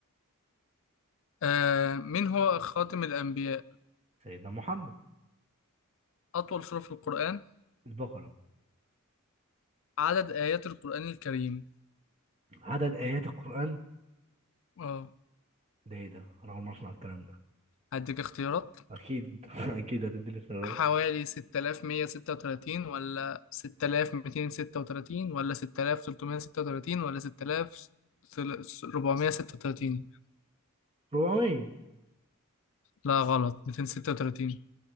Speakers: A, on the left; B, on the right.
A: آه مين هو خاتم الانبياء
B: سيدنا محمد
A: اطول سوره في القران
B: البقرة
A: عدد ايات القران الكريم
B: عدد آيات القرآن
A: اه
B: ده إيه ده؟ أنا أول مرة أسمع الكلام ده
A: هديك اختيارات
B: أكيد <laughs> أكيد هتديني اختيارات
A: حوالي 6136 ولا 6236 ولا 6336 ولا 6436
B: 400
A: لا غلط 236